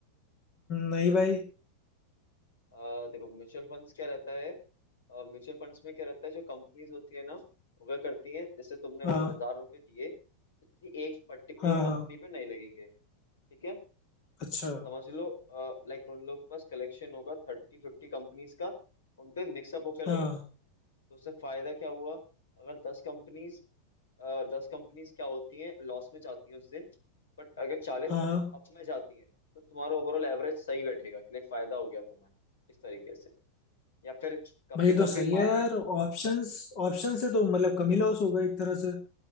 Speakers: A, on the left; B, on the left.
A: नहीं भाई
B: अ, देखो म्यूचुअल फंड्स क्या रहता है म्यूचुअल फंड्स में क्या रहता है जो कंपनीज होती है ना वह करती है जैसे तुमने
A: हाँ
B: अगर हजार रुपए दिए तो किसी एक पर्टिकुलर
A: हाँ हाँ
B: कंपनी पे नहीं लगेंगे ठीक है
A: अच्छा
B: समझ लो लाइक उन लोग के पास कलेक्शन होगा थर्टी फिफ्टी कंपनीज का उन पे मिक्सअप होकर
A: हाँ
B: लगेंगे तो उससे फायदा क्या हुआ अगर दस कंपनीज दस कंपनीज क्या होती हैं लॉस में जाती हैं उस दिन बट अगर चालीस
A: हाँ
B: अप में जाती हैं तो तुम्हारा ओवरऑल एवरेज सही बैठेगा लाइक फायदा हो गया तुम्हें इस तरीके से। या फिर कभी
A: भाई
B: कभी
A: तो सही है
B: मार्केट
A: यार ऑप्शंस ऑप्शन से तो मतलब कमी लॉस होगा एक तरह से